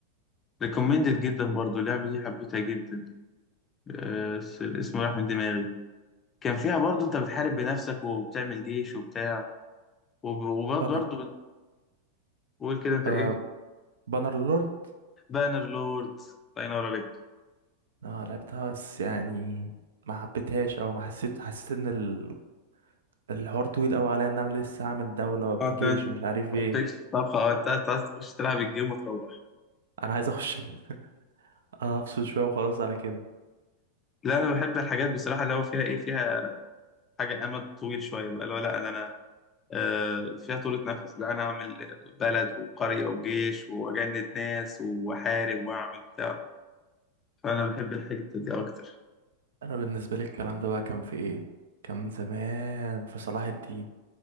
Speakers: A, on the left; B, on the right.
A: ريكومندد جدا برضو اللعبة دي حبيتها جدا آه س- الاسم راح من دماغي كان فيها برضو انت بتحارب بنفسك وبتعمل جيش وبتاع وب- وبرضو
B: بانر
A: برضو بتقول كده انت
B: آه
A: ايه
B: بانر لورد
A: بانر لورد الله ينور عليك
B: اه لعبتها بس يعني ما حبيتهاش او ما حسيت حسيت ان ال- الحوار طويل قوي عليا ان انا لسه هعمل دوله وابني
A: اه انت
B: جيش ومش عارف
A: ما
B: ايه
A: قلتلكش طبخة اه انت أنت عايز تخش تلعب الجيم وتروح
B: انا عايز اخش <laughs> افصل شويه وخلاص على كده
A: لا انا بحب الحاجات بصراحة اللي هو فيها ايه فيها حاجة امد طويل شوية بقى اللي هو لا ده انا آه، فيها طولة نفس لا أنا أعمل بلد وقرية وجيش وأجند ناس وأحارب وأعمل بتاع فأنا بحب الحتة دي أكتر
B: انا بالنسبه لي الكلام ده بقى كان في ايه كان من زمان في صلاح الدين